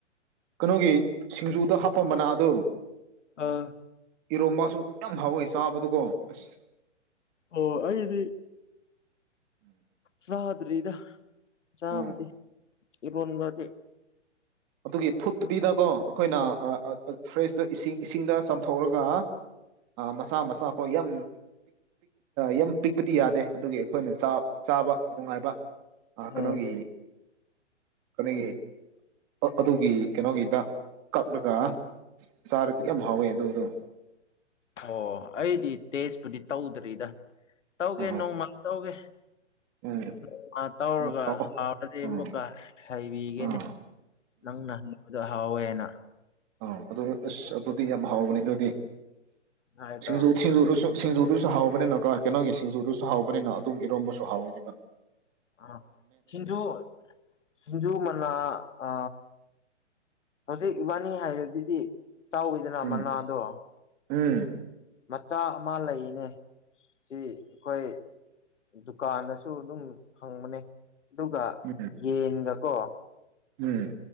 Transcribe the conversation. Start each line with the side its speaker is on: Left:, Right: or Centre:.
Right: ꯀꯩꯅꯣꯒꯤ ꯁꯤꯡꯖꯨꯗ ꯍꯥꯞꯄ ꯃꯅꯥꯗ
Left: ꯑꯥ
Right: ꯏꯔꯣꯝꯕꯁꯨ ꯌꯥꯝ ꯍꯥꯎꯋꯦ ꯆꯥꯕꯗꯨꯀꯣ ꯑꯁ
Left: ꯑꯣ ꯑꯩꯗꯤ
Right: ꯎꯝ
Left: ꯆꯥꯗ꯭ꯔꯤꯗ ꯆꯥꯕꯗꯤ
Right: ꯎꯝ
Left: ꯏꯔꯣꯟꯕꯗꯤ
Right: ꯑꯗꯨꯒꯤ ꯐꯨꯠꯇꯕꯤꯗꯀꯣ ꯑꯩꯈꯣꯏꯅ ꯐ꯭ꯔꯦꯁꯇ ꯏꯁꯤꯡ ꯏꯁꯤꯡꯗ ꯆꯥꯝꯊꯣꯛꯔꯒ ꯃꯆꯥ ꯃꯆꯥꯥ ꯀꯣ ꯌꯥꯝ ꯌꯥꯝ ꯄꯤꯛꯄꯗꯤ ꯌꯥꯗꯦ ꯑꯗꯨꯒꯤ ꯑꯩꯈꯣꯏꯅ ꯆꯥꯛ ꯆꯥꯕ ꯅꯨꯡꯉꯥꯏꯕ ꯀꯩꯅꯣꯒꯤ
Left: ꯎꯝ
Right: ꯀꯩꯅꯣꯒꯤ ꯑꯗꯨꯒꯤ ꯀꯩꯅꯣꯒꯤꯗ ꯀꯛꯂꯒ ꯁꯔꯊꯤꯀ ꯍꯋꯦ ꯑꯗꯨꯣ ꯑꯗꯨꯣ
Left: ꯑꯣ ꯑꯩꯗꯤ ꯇꯦꯖꯄꯨꯗꯤ ꯇꯧꯗ꯭ꯔꯤꯗ ꯇꯧꯒꯦ
Right: ꯑꯥ
Left: ꯅꯣꯡꯃ ꯇꯧꯒꯦ
Right: ꯎꯝ
Left: ꯅꯣꯡꯃ ꯇꯧꯔꯒ
Right: ꯎꯝ ꯇꯥꯃꯣ
Left: ꯍꯥꯎꯔꯗꯤ
Right: ꯎꯝ
Left: ꯑꯃꯨꯛꯀ ꯍꯩꯕꯤꯒꯦꯅꯤ
Right: ꯑꯥ
Left: ꯅꯪꯅ ꯍꯪꯉꯛꯕꯗꯣ ꯑꯍꯥꯎꯋꯦ ꯍꯥꯏꯅ
Right: ꯑ ꯑꯗꯨ ꯑꯁ ꯑꯗꯨꯗꯤ ꯌꯥꯝ ꯍꯥꯎꯕꯅꯦ ꯑꯗꯨꯗꯤ
Left: ꯍꯥꯏ
Right: ꯁꯤꯡꯖꯁꯨ
Left: ꯇꯧꯒꯦ
Right: ꯁꯤꯡꯖꯨꯗꯨꯁꯨ ꯍꯥꯎꯕꯅꯤꯅꯀ ꯀꯩꯅꯣꯒꯤ ꯁꯤꯡꯖꯨꯗꯨꯁꯨ ꯍꯥꯎꯕꯅꯤꯅ ꯑꯗꯨꯝ ꯏꯔꯣꯝꯕꯁꯨ ꯍꯥꯎꯋꯅꯤꯅ
Left: ꯑ ꯁꯤꯁꯤꯡꯖꯨ ꯁꯤꯁꯤꯡꯖꯨ ꯃꯅ ꯑ ꯍꯧꯖꯤꯛ ꯏꯕꯥꯅꯤ ꯍꯥꯏꯕꯗꯨꯗꯤ ꯆꯥꯎꯋꯤꯗꯅ
Right: ꯎꯝ
Left: ꯃꯅꯥꯗꯣ
Right: ꯎꯝ
Left: ꯃꯆꯥ ꯑꯃ ꯂꯩꯅꯦ ꯁꯤ ꯑꯩꯈꯣꯏ ꯗꯨꯀꯥꯟꯗꯁꯨ ꯑꯗꯨꯝ ꯐꯪꯕꯅꯦ ꯑꯗꯨꯒ
Right: ꯎꯝ
Left: ꯌꯦꯟꯒꯀꯣ
Right: ꯎꯝ